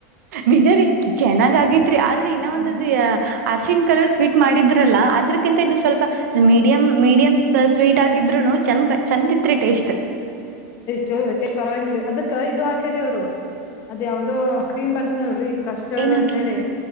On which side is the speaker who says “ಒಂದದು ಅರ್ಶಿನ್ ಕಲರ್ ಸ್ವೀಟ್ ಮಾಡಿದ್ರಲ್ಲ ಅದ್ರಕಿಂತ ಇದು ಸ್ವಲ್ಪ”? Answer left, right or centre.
Right